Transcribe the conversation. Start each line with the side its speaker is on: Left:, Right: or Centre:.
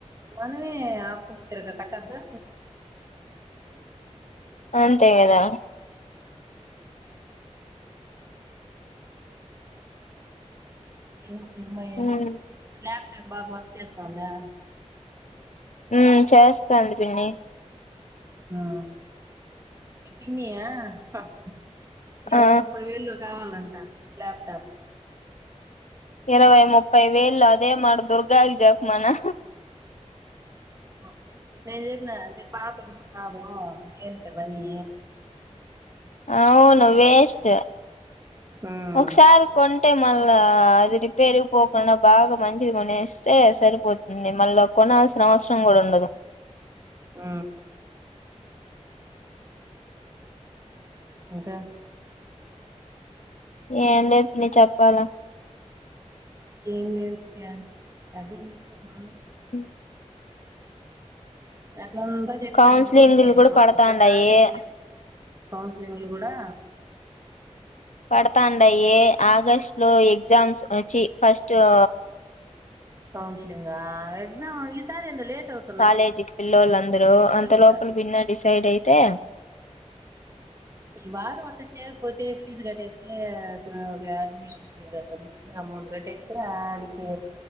Right: మనమే ఆపో తిరుగ కట్టద్దు
Left: అంతే కదా
Right: ఏమో మీ అమ్మాయి
Left: హ్మ్
Right: ఏం తేటచుకుంటుందో ల్యాప్టాప్ బాగా వర్క్ చేస్తుందా.
Left: ఉమ్ చేస్తాంది పిన్ని
Right: ఆ మీ పిన్ని ఆ హహ ఇరవై
Left: ఆ
Right: ముప్పై వేలో కావాలంట లాప్టాప్
Left: ఇరవై ముప్పై వేలు అదే మది దుర్గది జప్మానా
Right: బ నేను జపిన అద పాతదు కూడా కాదు దేనికి కని
Left: అవును వేస్ట్
Right: ఉమ్
Left: ఒకసారి కోన్ టే మళ్ళా అది రిపేర్ పోకుండా బాగా మంచిది కొనేస్తే సరి పోతుంది మళ్ళా కొనల్సిన అవసరం కూడా ఉండదు
Right: ఊ ఇంకా
Left: ఏం లేదు పిన్ని చెప్పాలా
Right: ఏం లేదు కుట్టే అదే విషయమా
Left: ఉ
Right: అట్లాంతా చెప్పింది
Left: కౌన్సిలింగ్లు
Right: మీపిన్ని
Left: కూడా
Right: మాకు
Left: పడతాండాయి
Right: ఒక్కసారి ఏం చెప్ కౌన్సిలింగ్ లు కూడా
Left: పడతాండయి ఆగస్ట్ లో ఎగ్జామ్స్ అ చి ఫస్ట్ ఊ
Right: కౌన్సిలింగా ఎగ్జామ్ ఈసారి ఏందో లేట్ అవుతు
Left: కాలేజీకి పిల్లోళ్ళు అందరూ అంత
Right: స్టా
Left: లోపల భిన్న డిసైడ్ అయితే
Right: ఈ వారం ఒకటి చేరిపోతే ఫీజ్ కట్టేసి అ ఒ గా అడ్మిషన్ ఫీజు అట్లా బుకింగ్ అమౌంట్ కట్టేస్తే ఆడికి